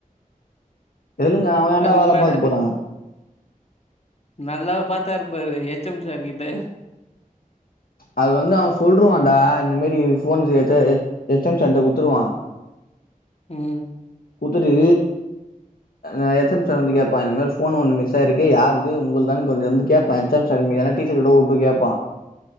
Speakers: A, on the left; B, on the left.
A: தெலுங்க அவன் என்னா
B: அதுக்கு
A: வேல
B: மேல
A: பாக்க போறான்
B: நல்லா பாத்தாருப்பாரு எச் எம் சார் கிட்ட
A: அது வந்து அவன் சொல்லிருவான்டா இந்த மாரி ஃபோன் கெடச்சா எச் எம் சார் கிட்ட குடுத்துருவான்
B: ம்
A: குத்துட்டு ஆ எச்எம் சார் வந்து கேப்பான் இந்த மாரி போன் ஒன்னு மிஸ் ஆயிருக்கு யாருது உங்கள் தான்னு கொஞ்சோ வந்து கேப்ப எச் எம் சார் எல்லா டீச்சர்கிட்ட உட்டு கேப்பான்